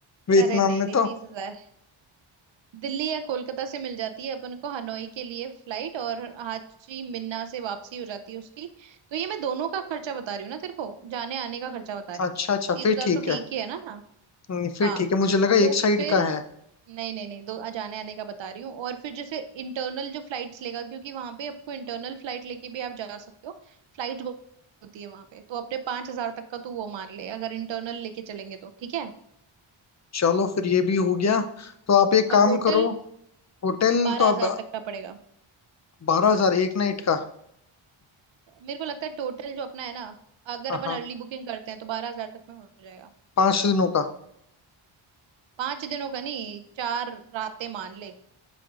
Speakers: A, on the left (about 35°); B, on the right (about 65°).
A: वियतनाम
B: अरे नहीं
A: में
B: नहीं
A: तो
B: तीस हजार दिल्ली या कोलकाता से मिल जाती है अपन को हनोई के लिए फ्लाइट और हाची मिन्ना से वापसी हो जाती है उसकी तो ये मैं दोनों का खर्चा बता रही हूँ ना तेरे को जाने आने का खर्चा बता रही
A: अच्छा
B: हूँ
A: अच्छा
B: तीस
A: फिर
B: हजार
A: ठीक
B: तो
A: है
B: ठीक ही है ना
A: हम्म, फिर
B: हाँ
A: ठीक है मुझे लगा
B: तो
A: एक साइड
B: फिर
A: का है
B: नहीं नहीं नहीं दो जाने आने का बता रही हूँ और फिर जैसे इंटरनल जो फ्लाइट्स लेगा क्योंकि वहां पे आपको इंटरनल फ्लाइट लेके भी आप जा सकते हो फ्लाइट होती है वहां पे तो अपने पांच हजार तक का तू वो मान ले अगर इंटरनल लेके चलेंगे तो ठीक है
A: चलो फिर ये भी हो गया तो आप एक काम
B: और होटल
A: करो होटल
B: बारह
A: तो
B: हजार
A: आप
B: तक का पड़ेगा
A: बारह हजार एक नाइट का
B: मेरे को लगता है टोटल जो अपना है ना अगर
A: हाँ
B: अपन
A: हाँ
B: अर्ली बुकिंग करते हैं तो बारह हजार तक में हो जाएगा
A: पांच दिनों का
B: पांच दिनों का नहीं चार रातें मान ले